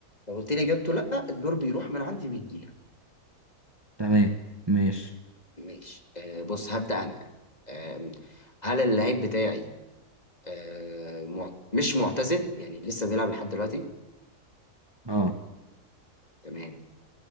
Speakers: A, on the left; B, on the right.
A: لو قلت لي اجابته لا الدور بيروح من عندي ويجي لك
B: تمام ماشي
A: ماشي آه بص هبدا انا آه هل اللعيب بتاعي آه مع... مش معتزل يعني لسه بيلعب لحد دلوقتي
B: اه
A: تمام